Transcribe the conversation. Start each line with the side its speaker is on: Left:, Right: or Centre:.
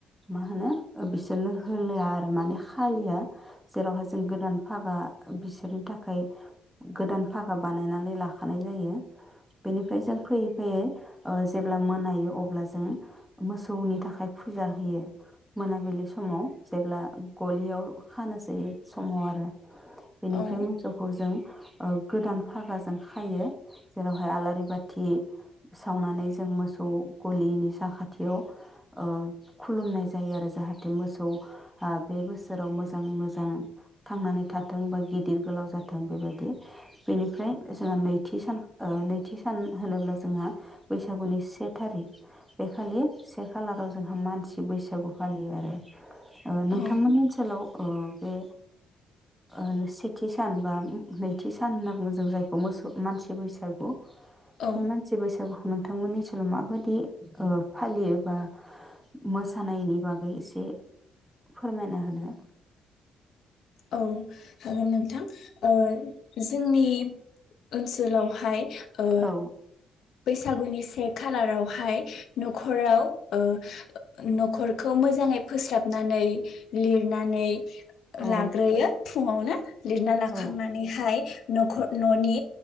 Centre: माहोनो ओ बिसोरनो होलायआ आरो माने खालिया। जेरावहाय जों गोदान फागा ओ बिसोरनि थाखाय गोदान फागा बानाय नायनानै लाखानाय जायो बेनिफ्राय जों फैयै फैयै ओ जेब्ला मोनायो अब्ला जों मोसौनि थाखाय फुजा होयो। मोनाबिलि समाव जेब्ला ओ गलियाव खानोसै समाव आरो बेनिफ्राय
Left: औ
Centre: मोसौखौ जों ओ गोदान फागाजों खायो जेरावहाय आलारिबाथि सावनानै जों मोसौ गलिनि साखाथियाव ओ खुलुमनाय जायो आरो जाहाथे मोसौ ओ बे बोसोराव मोज मोजां मोजां थांनानै थाथों बा गिदिर गोलाव जाथों बेबायदि बेनिफ्राय जोंहा नैथि सान ओ नैथि सान होनोब्ला जोंहा बैसागुनि से थारिख बे खालि से खालाराव जोंहा मानसि बैसागु फालियो आरो ओ
Left: औ
Centre: नोंथांमोननि ओनसोलाव अ बे ओन सेथि सान बा उम नैथि सान होनना बुङो जोंङो जायखौ मोसौ मानसि बैसागु।
Left: औ
Centre: मानसि बैसागुखोनो थांमोननि ओनसोलाव माबादि ओ फालियो बा मोसानायनि बागै एसे फोरमायना होदो?
Left: औ हागोन नोंथां। ओ जोंनि ओनसोलावहाय ओ
Centre: औ
Left: बैसागुनि से खालारावहाय न'खराव ओ न'खरखौ मोजाङै फोसाबनानै लिरनानै ओ
Centre: औ
Left: लाग्रोयो। फुङावनाो। लिरना लाखांनानैहाय।
Centre: औ
Left: नख ननि